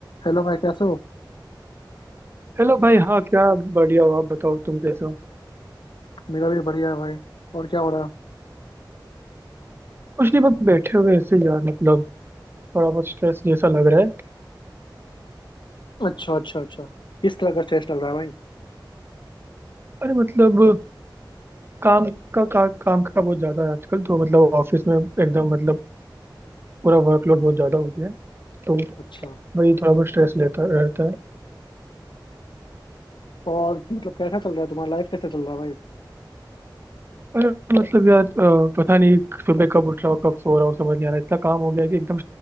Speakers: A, on the left; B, on the right.
A: Hello भाई कैसे हो
B: Hello भाई हाँ क्या बढ़िया हो आप बताओ तुम कैसे हो
A: मेरा भी बढ़िया है भाई और क्या हो रहा
B: कुछ नहीं बस बैठे हुए ऐसे ही यार मतलब थोड़ा बहुत स्ट्रेस जैसा लग रहा है
A: है अच्छा अच्छा अच्छा इस तरह का स्ट्रेस लग रहा है भाई
B: अरे मतलब काम का, का काम का बहुत ज्यादा है आजकल तो मतलब ऑफिस में एकदम मतलब पूरा वर्कलोड बहुत ज्यादा हो गया है तो
A: अच्छा
B: वही थोड़ा बहुत स्ट्रेस लेता रहता है
A: और मतलब कैसा चल रहा है तुम्हारा लाइफ कैसा चल रहा है भाई
B: अरे मतलब यार अ, पता नहीं सुबह कब उठ रहा हूँ कब सो रहा हूँ समझ नहीं आ रहा इतना काम हो गया है कि एकदम